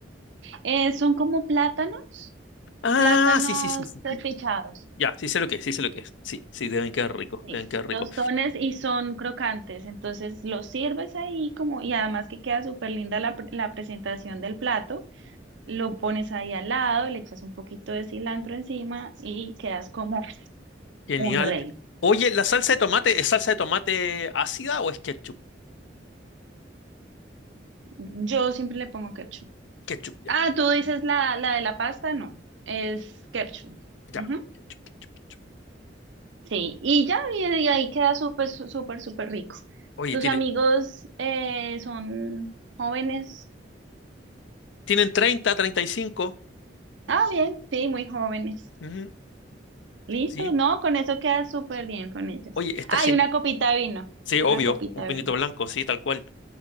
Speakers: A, on the right (about 80°); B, on the left (about 75°).
A: Eh, son como plátanos,
B: Ah,
A: plátanos
B: sí, sí, sí, sí,
A: despichados.
B: sí. Ya, sí sé lo que es, sí sé lo que es. Sí, sí, deben quedar ricos,
A: Sí,
B: deben quedar ricos.
A: tostones y son crocantes, entonces los sirves ahí como, y además que queda súper linda la, pre- la presentación del plato. lo pones ahí al lado, le echas un poquito de cilantro encima y quedas como
B: Genial.
A: un rey.
B: Oye, ¿la salsa de tomate es salsa de tomate ácida o es ketchup?
A: Yo siempre le pongo ketchup.
B: Ketchup, ya.
A: Ah, tú dices la, la de la pasta, no, es ketchup.
B: Ya.
A: Ujú.
B: Ketchup, ketchup, ketchup.
A: Sí, y ya, y, y ahí queda súper, su- súper, súper rico.
B: Oye,
A: ¿Tus
B: tiene,
A: amigos eh, son jóvenes?
B: tienen 30, 35.
A: Ah, bien, sí, muy jóvenes.
B: Ujú,
A: Listo,
B: Sí.
A: no, con eso queda súper bien con ellos.
B: Oye, está
A: Ah,
B: genial.
A: y una copita de vino,
B: Sí,
A: una
B: obvio,
A: copita
B: un
A: de
B: pinito
A: vino.
B: blanco, sí, tal cual.